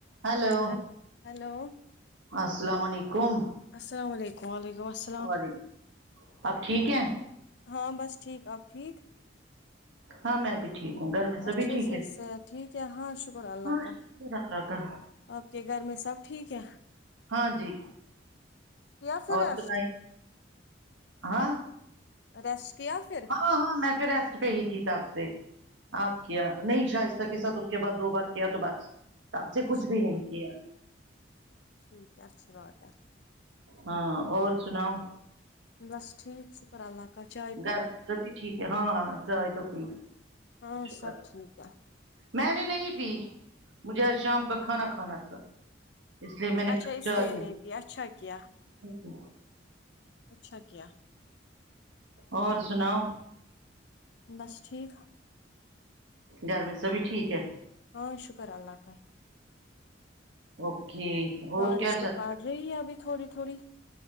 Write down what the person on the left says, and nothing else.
ہل hello
السلام علیکم و علیکم السل
ہاں بس ٹھیک آپ ٹھیک
اچھے
سے
سے ٹھیک ہے ہاں شکر اللہ
کا
آپ کے گھر میں سب ٹھیک ہے
یا پھر
ریسٹ
ریسٹ کیا پھر
اچھا
ٹھیک ہے اچھی بات ہے
بس ٹھیک سے پر اللہ کا چاہے
ہاں
سب ٹھیک ہے
اچھا
اس
لیے
پیا اچھا کیا
اچھا کیا
بس ٹھیک
ہاں شکر اللہ کا
بارش
تو
پاٹ رہی ہے ابھی تھوڑی تھوڑی